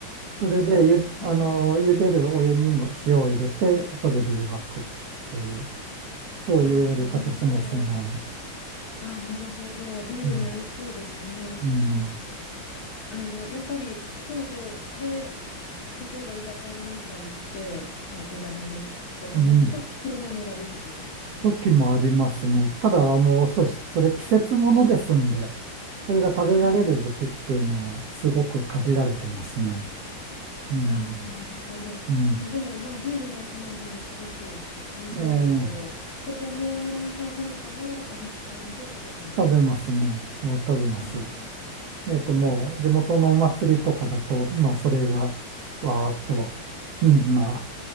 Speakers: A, on the left (about 70°); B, on the right (about 80°).
A: あ、
B: それでゆ、
A: そう。
B: あの、茹でるお湯にも塩を入れて、それで湯がくっていう、
A: <laughs>
B: そういうやり方しますね。
A: ああ、なるほど。ああ、なるほど。ビールに合いそうですね。
B: うん。うん。
A: あの、やっぱり兵庫で、例えば居酒屋なんか行って、まあ、枝豆を頼むと黒豆が出てくるんですか
B: うん。時もありますね。ただ、あの、そうし、それ季節ものですんで、それが食べられる時期っていうのはすごく限られてますね。
A: はい。
B: うん。
A: ああ、なるほど。
B: うん。
A: まあ、でも、まあ、ビールのおつまみにすごく合いそうですけど、
B: ええ、
A: 子供さんなんかも同じ感じで食べるんですか
B: 食べますね。あ食べます。
A: あ
B: えっと、
A: あ、なるほど。
B: もう、地元のお祭りとかだと、まあ、それが、わーっと、みんな、